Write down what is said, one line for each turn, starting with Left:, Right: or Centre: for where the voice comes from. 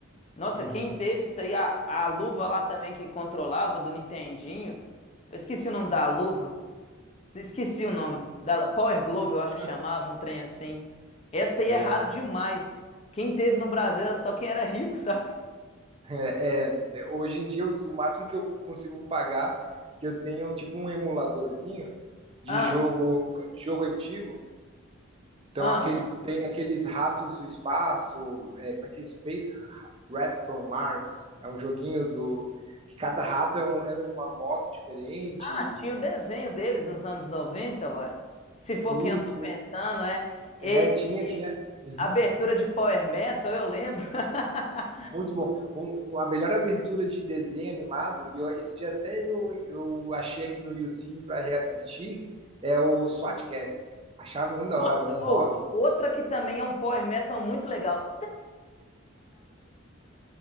Left: Nossa,
Right: Uhum.
Left: quem teve isso aí, a, a luva lá também que controlava do Nintendinho, eu esqueci o nome da luva, Esqueci o nome. Da Power Glove, eu acho
Right: Ah,
Left: que chamava, um trem assim. Essa aí
Right: boa.
Left: é raro
Right: <laughs>
Left: demais. Quem teve no Brasil era só quem era rico, <laughs> sabe?
Right: É, é, é, hoje em dia, o máximo que eu consigo pagar, que eu tenho tipo um emuladorzinho de
Left: Ah,
Right: jogo, de jogo antigo, Então,
Left: ah,
Right: aquele, tem aqueles ratos do espaço, é, como é que é? Space Rat from Mars. É um joguinho do que cada rato é um, anda numa moto diferente.
Left: ah, tinha o desenho deles nos anos 90 uai. Se for
Right: Sim,
Left: quem eu
Right: sim.
Left: tô pensando, é. E
Right: É, tinha, tinha. Uhum.
Left: abertura de Power Metal, eu lembro. <laughs>
Right: Muito bom. Um- um- a melhor abertura de desenho animado, e eu- esse dia até eu, eu achei aqui no YouCine para reassistir, é o SWAT Cats. Achava muito
Left: Nossa,
Right: da hora, um
Left: ou
Right: rock, assim.
Left: outra que também é um Power Metal muito legal.